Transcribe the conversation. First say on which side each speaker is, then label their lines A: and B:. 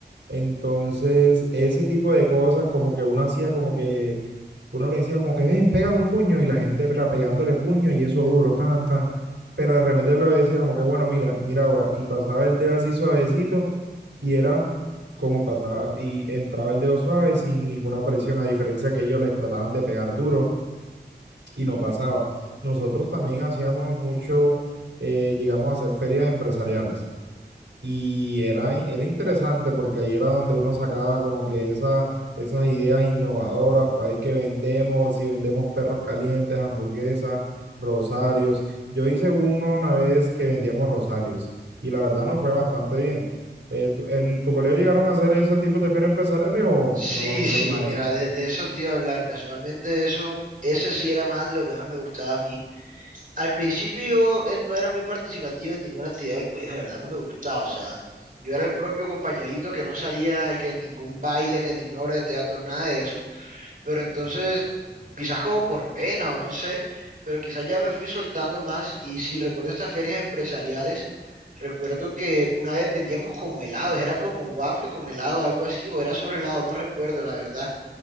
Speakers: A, on the right; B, on the right.
A: Entonces, ese tipo de cosas, como que uno hacía como que, uno le decía como que, ven, pégale un puño, y la gente era pegándole puño y eso duro, tan, tan. Pero de repente lo decía como que, bueno, mira, mira ahora, y pasaba el dedo así suavecito, y era como pasaba, y entraba el dedo suave sin ninguna presión, a diferencia que ellos les trataban de pegar duro y no pasaba. Nosotros también hacíamos mucho, eh, llegamos a hacer ferias empresariales y era, era interesante porque ahí era donde uno sacaba como que esa, esas ideas innovadoras para ver qué vendemos, si vendemos perros calientes, hamburguesas, rosarios. Yo hice uno una vez que vendíamos rosarios y la verdad no fue bastante bien. Eh, ¿tu- ¿en tu colegio llegaron a hacer esos tipos de ferias empresariales o
B: Sí,
A: no hicieron
B: sí,
A: nada de
B: mira,
A: eso?
B: de, de eso te iba a hablar, casualmente eso, ese sí era más de lo que más me gustaba a mí. Al principio yo eh, no era muy participativo en ninguna actividad del colegio, de verdad no me gustaba, o sea, yo era el propio compañerito que no salía, que en ningún baile, que en ninguna obra de teatro, nada de eso pero entonces quizás como por pena o no sé, pero quizás ya me fui soltando más y si recuerdo estas ferias empresariales, recuerdo que una vez vendíamos como helados, era como waffle con helado, algo así, o era sobre helado, no recuerdo la verdad.